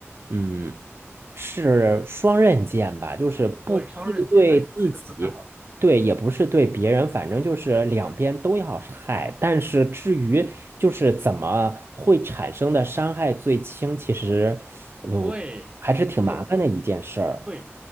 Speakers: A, on the right; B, on the right.
A: 嗯，是双刃剑吧，就是不是对自己，
B: 对，双刃剑，哎，你这个说得太好了，
A: 对，也不是对别人，反正就是两边都要害。但是至于就是怎么会产生的伤害最轻，其实，不还是挺麻烦的一件事儿。
B: 对，就对，